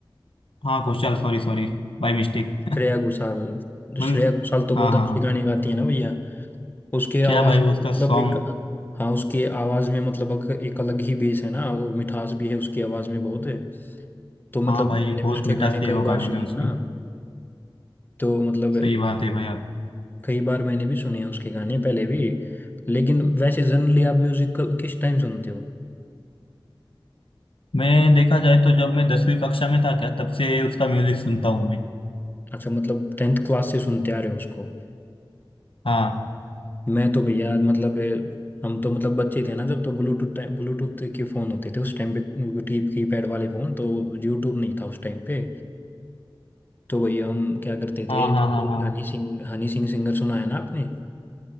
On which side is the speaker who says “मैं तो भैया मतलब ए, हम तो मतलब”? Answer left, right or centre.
Left